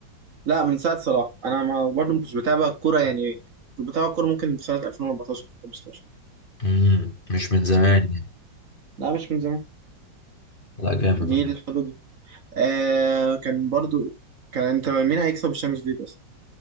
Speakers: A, on the right; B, on the left.
A: لا من ساعه صلاح انا ما برضه ما كنتش بتابع الكوره يعني كنت بتابع الكوره ممكن في سنه 2014 في 15
B: امم مش من زمان يعني
A: لا مش من زمان
B: لا جامد
A: دي
B: والله
A: الحدود دي آه كان برضو كان انت مين هيكسب الشامبيونز ليج بس